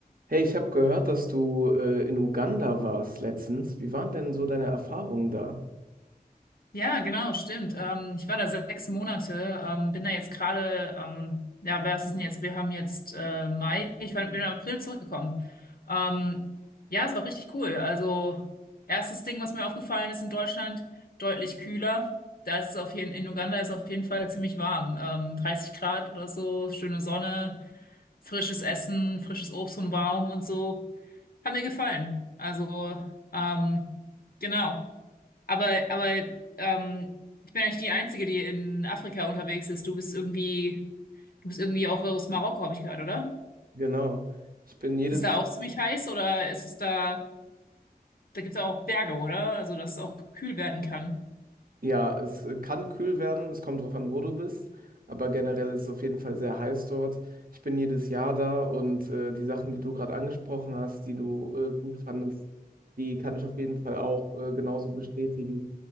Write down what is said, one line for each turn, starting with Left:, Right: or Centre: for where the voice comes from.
Right: Hey, ich habe gehört, dass du äh, in Uganda warst letztens. Wie waren denn so deine Erfahrungen da?
Left: Ja, genau, stimmt. Ähm, ich war da sechs Monate, ähm, bin da jetzt gerade, ähm, ja, was ist denn jetzt? Wir haben jetzt äh, Mai, ich war, bin im April zurückgekommen. Ähm, ja, es war richtig cool. Also, erstes Ding, was mir aufgefallen ist in Deutschland, deutlich kühler. Da ist es auf jeden, in Uganda ist es auf jeden Fall ziemlich warm. Ähm, 30 Grad oder so, schöne Sonne, frisches Essen, frisches Obst vom Baum und so. Hat mir gefallen. Also, ähm, genau. Aber, aber ähm, ich bin eigentlich die Einzige, die in Afrika unterwegs ist. Du bist irgendwie, du bist irgendwie auch aus Marokko, habe ich gehört, oder?
Right: Genau. Ich bin jedes,
Left: Ist es da auch ziemlich heiß oder ist es da, da gibt es auch Berge, oder? Also, dass es auch kühl werden kann.
Right: Ja, es äh, kann kühl werden, es kommt drauf an, wo du bist, aber generell ist es auf jeden Fall sehr heiß dort. Ich bin jedes Jahr da und äh, die Sachen, die du gerade angesprochen hast, die du äh, gut fandest, die kann ich auf jeden Fall auch äh, genauso bestätigen.